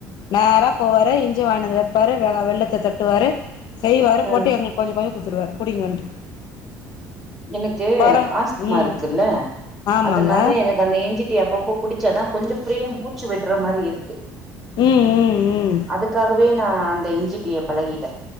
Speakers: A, on the left; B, in the centre.
A: நேரா போவாரு இஞ்சி வாங்கினு வந்து வைப்பாரு வெ வெல்லத்த தட்டுவாரு செய்வாரு
B: ம்.
A: போட்டு எங்களுக்கு கொஞ்ச கொஞ்ச குடுத்துடுவாரு குடிங்கன்ட்டு.
B: எனக்கு
A: கொற
B: ஆஸ்துமா
A: ம்
B: இருக்குல்ல
A: ஆமாங்க
B: அதனால எனக்கு அந்த இஞ்சி டீ அப்பப்போ குடிச்சாதா கொஞ்சோ ஃப்ரீயா மூச்சு விடுற மாரி இருக்கு
A: ம் ம் ம்
B: அதுக்காகவே நா அந்த இஞ்சி டீ ய பழகிட்டே